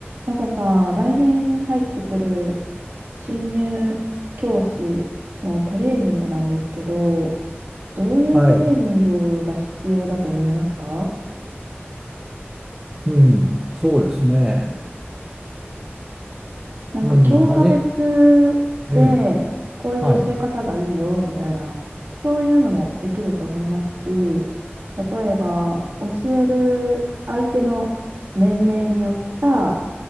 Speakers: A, on the right; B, on the right.
A: マサさん、来年入ってくる新入教師のトレーニングなんですけど、どういうトレーニングが必要だと思いますか
B: はい。うん。そうですね。
A: なんか教科別でこういう教え方がいいよみたいな、
B: うん。はじ、ええ。はい。
A: そういうのもできると思いますし、例えば教える相手の年齢によった